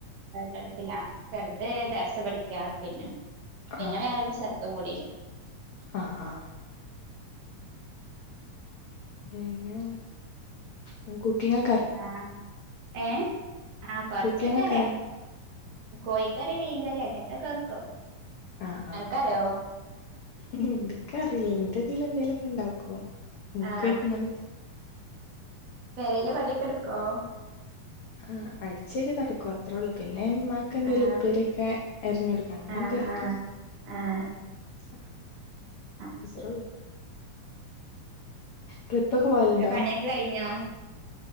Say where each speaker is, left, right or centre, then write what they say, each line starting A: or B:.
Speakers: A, on the right (about 70°); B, on the left (about 80°).
A: ഗൾഫിലാ ചെറ്ത് ദർസ് പഠിക്കാ പിന്നെ <unintelligible>
B: ആഹ്
A: ചെർതും കൂടി
B: ആഹ് ആഹ് പിന്നെ ഉം കുക്കിങാ
A: ആഹ് ഏഹ് ആഹാ കൊറചൊക്കെ
B: കുക്കിംഗ് ഒക്കെ
A: അറിയാം
B: അറിയോ
A: കോയിക്കറി മീൻ കറി അങ്ങനതൊക്കെ വെക്കും
B: ആഹ്
A: അനക്കറിയോ
B: ആഹ് എനിക്കറിയില്ല ഇന്റെ ത്തിലെ എന്തേലും ഒക്കെ ഉണ്ടാക്കും എന്ക്ക്
A: ആഹ്
B: തിന്നാൻ പറ്റു
A: പെരേലെ പണിയൊക്കെ എടുക്കുവോ
B: ആഹ് അടിച്ചുവാരി തൊടക്കും അത്രേ ഉള്ളൂ പിന്നെ ഇമ്മാ ക്ക് എന്തേലും
A: ആഹ്
B: ഉപ്പേരൊക്കെ എറിഞ്ഞെടുക്കാ അങ്ങനെ
A: ആഹ്
B: എന്തേലുംക്കെ
A: ആഹ് ആഹ്
B: ആഹ്
A: ആഹ്
B: അത്രേള്ളൂ
A: ശരി
B: ട്രിപ്പ് ഒക്കെ പോകലുണ്ടോ
A: ഇങ്ങളെ പണിയൊക്കെ കഴിഞ്ഞോ